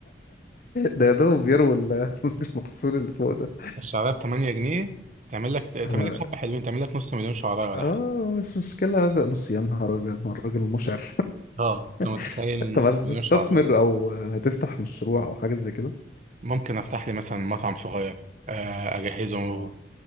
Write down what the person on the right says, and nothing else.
الشعرايه ب 8 جنيه تعمل لك تعمل
لك حبه حلوين تعمل لك نص مليون شعرايه ولا
حاجه
اه انت متخيل
نص
مليون
شعرايه
ممكن افتح لي مثلا مطعم صغير آه، اجهزه